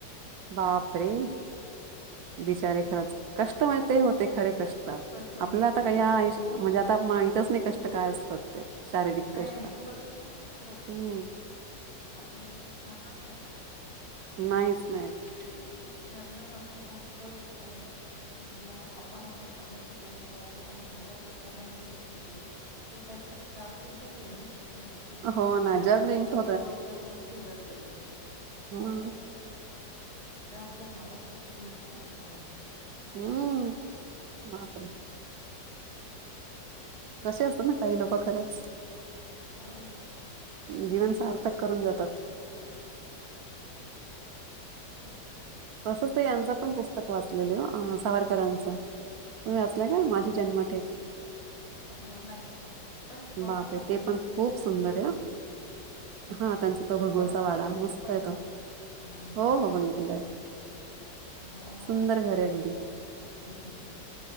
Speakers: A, on the right; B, on the left.
A: बाप रे बिचारे खरंच
B: ते
A: कष्ट माहित होते खरे कष्ट
B: कष्ट म्हणजे
A: आपल्या आता
B: ते
A: का
B: होते.
A: या आष
B: हो.
A: म्हणजे आता काय माहितच नाही कष्ट काय असतात ते. शारीरिक
B: नाही
A: कष्ट
B: नाही खरंच बर का खरच
A: हम्म
B: आपल्याला ते सांगताच येनार <unintelligible>
A: नाहीच नाही
B: गाडीवर जाताना हा असंच विचार आला. म्हटलं आपण आता पन्नाशी पर्यंत आलो आणि महाराज एकांनव्या वर्षी गेले. पण त्याची कार तेवढी मोठी म्हटल की
A: हो ना
B: आज
A: जग
B: साडेतीनशे
A: जिंकलं
B: वर्ष होऊन गेलं तरी.
A: हां.
B: हो ना. ते आपलं महाराष्ट्राचं भूषण हायत महाराज.
A: हम्म बापरे. कशे असतात ना काही लोक खरच.
B: हॅलो.
A: जीवन सार्थक करून जातात.
B: ते.
A: तंच ते यांच पण पुस्तक वाचलेले अं सावरकरांचं. तुम्ही वाचला ना माझी
B: अच्छा
A: जन्म ठेप.
B: अ, नाही. पण सावरकरांच्या
A: बापरे ते
B: घरी
A: पण खूप
B: बघूला
A: सुंदर
B: मी गेलेली
A: आहे हं.
B: होती.
A: हा त्यांचा तो भगूरचा
B: सावरकरांचं
A: वाडा मस्त
B: घर पाहिलंय?
A: हाय तो.
B: हं.
A: हो हो बघितलंय.
B: <unintelligible>
A: सुंदर घर आहे अगदी
B: हम्म.